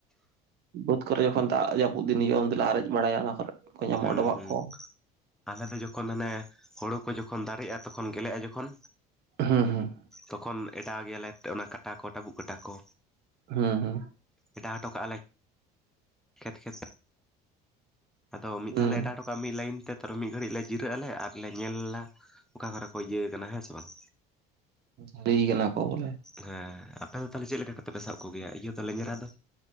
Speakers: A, on the right; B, in the centre.
A: ᱵᱟᱹᱫᱽ ᱠᱚᱨᱮ ᱡᱚᱠᱷᱚᱱ ᱫᱟᱜᱽ ᱡᱟᱹᱯᱩᱫ ᱫᱤᱱ ᱦᱤᱡᱩᱜᱼᱟ ᱩᱱ ᱫᱚᱞᱮ ᱟᱨᱮᱜ ᱵᱟᱲᱟᱭᱟ ᱚᱱᱟ ᱠᱚᱨᱮ᱾ ᱠᱚ ᱧᱟᱢᱚᱜᱼᱟ
B: ᱦᱩᱸ
A: ᱰᱚᱵᱷᱟᱜ
B: ᱦᱩᱸ,
A: ᱠᱚ
B: ᱟᱞᱮ ᱫᱚ ᱡᱚᱠᱷᱚᱱ ᱦᱟᱱᱮ ᱦᱳᱲᱳ ᱠᱚ ᱡᱚᱠᱷᱚᱱ ᱫᱟᱨᱮᱜᱼᱟ ᱛᱚ ᱠᱷᱚᱱ ᱜᱮᱞᱮᱜᱼᱟ ᱡᱚᱠᱷᱚᱱ
A: ᱦᱩᱸ ᱦᱩᱸ᱾
B: ᱛᱚᱠᱷᱚᱱ ᱮᱰᱟᱣ ᱜᱮᱭᱟᱞᱮ ᱚᱱᱟ ᱠᱟᱴᱟ ᱠᱚ ᱴᱟᱹᱵᱩᱜ ᱠᱟᱴᱟ ᱠᱚ᱾
A: ᱦᱩᱸ ᱦᱩᱸ᱾
B: ᱮᱰᱟᱣ ᱦᱚᱴᱚ ᱠᱟᱜ ᱟᱞᱮ ᱠᱷᱮᱛ ᱠᱷᱮᱛ ᱾ ᱟᱫᱚ ᱢᱤᱫ
A: ᱦᱩᱸ
B: ᱫᱷᱟᱣ ᱞᱮ ᱮᱰᱟᱣ ᱦᱚᱴᱚ ᱠᱟᱜᱼᱟ ᱢᱤᱫ ᱞᱟᱭᱤᱱ ᱛᱮ ᱛᱚ ᱢᱤᱫ ᱜᱷᱟᱹᱲᱤᱡ ᱞᱮ ᱡᱤᱨᱟᱹᱜ ᱟᱞᱮ ᱟᱨ ᱞᱮ ᱧᱮᱞ ᱞᱟ ᱚᱠᱟ ᱠᱚᱨᱮ ᱠᱚ ᱤᱭᱟᱹᱣ ᱠᱟᱱᱟ ᱦᱮᱸ ᱥᱮ ᱵᱟᱝ᱾
A: ᱡᱷᱟᱞᱤᱭ ᱠᱟᱱᱟ ᱠᱚ ᱵᱚᱞᱮ᱾
B: ᱦᱮᱸ ᱟᱯᱮ ᱫᱚ ᱛᱟᱦᱚᱞᱮ ᱪᱮᱫ ᱞᱮᱠᱟ ᱠᱟᱛᱮ ᱯᱮ ᱥᱟᱵ ᱠᱚᱜᱮᱭᱟ ᱤᱭᱟᱹ ᱫᱚ ᱞᱮᱸᱡᱨᱟ ᱫᱚ?